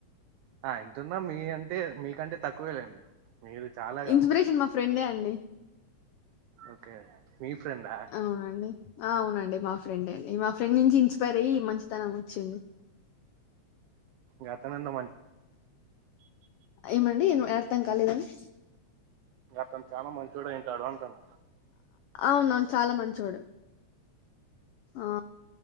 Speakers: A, on the right; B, on the left.
A: హ ఎంతున్నా మీ అంటే మీకంటే తక్కువే లేండి. మీరు చాలా కదండి.
B: ఇన్స్పిరేషన్ మా ఫ్రెండే అండి.
A: ఓకే మీ ఫ్రెండా.
B: అవునండి. ఆ అవునండి మా ఫ్రెండే అండి. మా ఫ్రెండ్ నుంచి ఇన్స్పైర్ అయ్యి మంచితనం వచ్చింది.
A: గతం లన్న.
B: ఏమండి అర్థం కాలేదండీ.
A: అతను చాలా మంచోడు అయి ఉంటాడు అంటున్న.
B: అవునును చాలా మంచోడు. ఆ